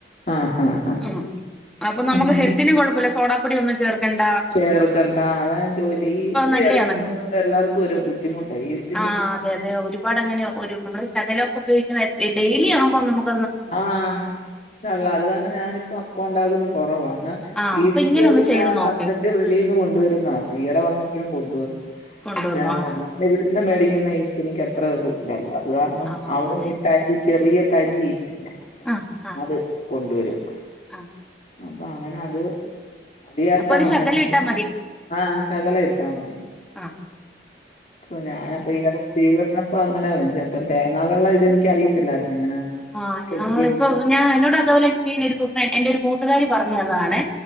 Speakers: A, on the left; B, in the centre.
A: ആഹ് ആഹ് ആഹ്
B: ഉ. അപ്പൊ നമുക്ക്
A: ആഹ്
B: ഹെൽത്തിന് കൊഴപ്പല്ല. സോഡാപ്പൊടി ഒന്നും ചേർക്കണ്ടാ.
A: ചേർക്കണ്ടാ, അതാ ഞാൻ ചോയിച്ചെത് ഈസ്റ്റ്
B: നല്ലയാണല്ലോ
A: ചേർക്കുന്നോണ്ട് എല്ലാർക്കും ഒരു ബുദ്ധിമുട്ടാ, ഈസ്റ്റ്.
B: ആഹ് അതെ, അതെ, ഒരുപാട് അങ്ങനെ ഒരു നമ്മള് ശകലെക്കെ ഉപയോഗിക്കുമ്പേ ഡെയിലി ആവുമ്പോ നമുക്ക്.
A: ആഹ് കള്ളാ അത് കാരണം ഞാനിപ്പം അപ്പംണ്ടാകുന്നത് കുറവാന്ന്.
B: ആ
A: ഈസ്റ്റ്
B: അപ്പൊ ഇങ്ങനെ ഒന്ന്
A: പിന്നെഹസ്ബൻഡ്
B: ചെയ്ത് നോക്ക്
A: വി ലീന്ന് കൊണ്ടുവരുന്നതാണ് ഈടെ വന്നപ്പഴും കൊണ്ടുവന്ന്
B: കൊണ്ടുവന്നോ
A: ഞാപറഞ
B: ആ
A: ഇവിടുന്ന് മേടിക്കുന്ന ഈസ്‌റ്റി എനിക്കത്ര ഒരു തെല്ല അതുകാരണം
B: ആ ആ,
A: അവിടുന്ന്
B: അതെ
A: ഇത്തായ് ഈ ചെറിയ തരി ഈസ്റ്റ്ണ്ട്
B: ആ ആ
A: അത് കൊണ്ടുവരും.
B: ആ
A: അപ്പ അങ്ങനെ അത് അത് ചേർത്താണ്
B: അപ്പൊ ഒരു
A: ഉണ്ടാക്കി
B: ശകലം ഇട്ടാൽ
A: കൊണ്ടിരുന്നേ ആഹ് ശകലം ഇട്ടാ മതി.
B: ആഹ്.
A: പ്പോ ഞാനപ്പേ ഈയടെ തീ ഊതണം. പ്പ അങ്ങനെ വെടിച്ചാ പ്പ തേങ്ങാ വെള്ളം ഇതെനിക്കറിയത്തില്ലായിരുന്നു, ഇങ്ങനെ.
B: ആഹ്,
A: ഫ്രിഡ്ജിൽ
B: ഞങ്ങളിപ്പോ
A: വെച്ച്
B: ഞാ എന്നോട് അതുേപോലെ, ഇട്ടീന്നെര് എന്റെ ഒര് കൂട്ടുകാരി പറഞ്ഞതാണെ.